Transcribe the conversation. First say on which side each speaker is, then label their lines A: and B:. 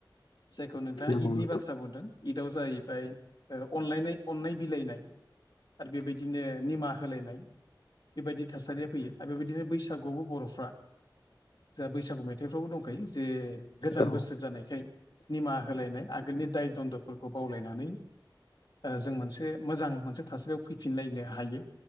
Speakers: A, on the left (about 60°); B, on the left (about 80°).
A: जायखौ नोंथाङा
B: नंगौ
A: इदनि
B: नोंथां
A: बाथ्रा बुंदों इदाव जाइ अनलायनाय अननाय बिलाइनाय आरो बेबायदिनो निमाहा होलायनाय बेबायदि थासारिया फैयो आरो बेबायदिनो बैसागुआवबो बर'फ्रा जा बैसागु मेथाइफ्रावबो दंखायो जे गोदान
B: औ
A: बोसोर जानायखाय निमाहा होलायनाय आगोलनि दाय दन्द'फोरखौ बावलायनानै ओ जों मोनसे मोजां मोनसे थासारियाव फैफिनलायनो हायो